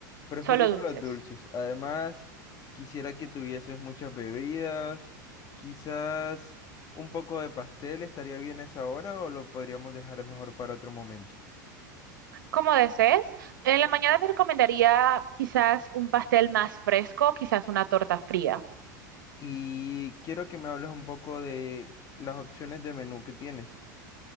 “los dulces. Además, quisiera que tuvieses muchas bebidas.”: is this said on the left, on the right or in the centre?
Left